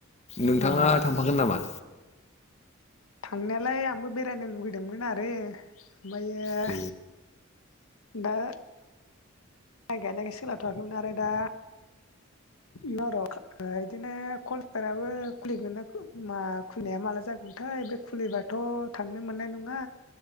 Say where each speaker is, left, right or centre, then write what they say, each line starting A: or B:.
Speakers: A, on the left; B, on the left.
A: नोंथाङा
B: अ
A: थांफागोन नामा?
B: थांनायालाय आंबो बेरायनो लुबैदोंमोन आरो ओमफ्रायो
A: अ
B: दा माइ गायनायखाय सोलाबथ'वाखैमोन आरो दा इ र' बिदिनो कलफोराबो खुलिगोन ना मा खुलिनाया माला जागोनथाय बे खुलिबाथ' थांनो मोननाय नङा।